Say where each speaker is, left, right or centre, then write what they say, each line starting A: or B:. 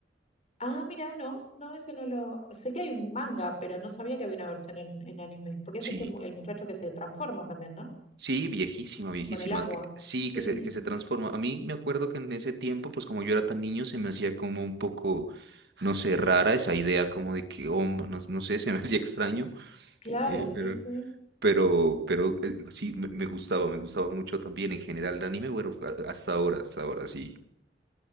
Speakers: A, on the left (about 35°); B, on the right (about 60°).
A: Ah, mira, no, no, ese no lo. Sé que hay un manga, pero no sabía que había una versión en, en anime. Porque es
B: Sí.
A: este mu- el muchacho que se transforma también, ¿no?
B: Sí, viejísima, viejísima,
A: Con el agua.
B: que, sí,
A: Sí,
B: que se, que se transforma. A mí me acuerdo que en ese tiempo, pues como yo era tan niño, se me hacía como un poco, no sé, rara esa idea como de que, hombre, no, no sé, se me <laughs> hacía extraño.
A: claro,
B: Eh,
A: sí,
B: pero
A: sí.
B: Pero, pero eh, sí, me, me gustaba, me gustaba mucho también en general el anime, bueno, fue a- hasta ahora, hasta ahora, sí.